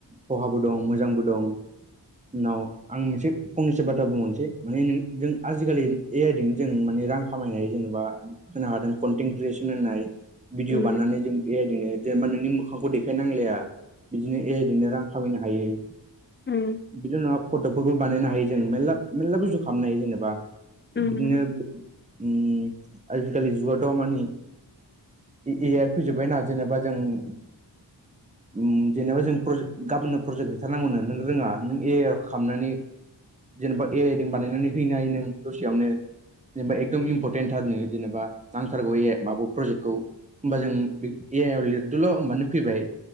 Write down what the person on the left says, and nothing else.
उम
ओम
उम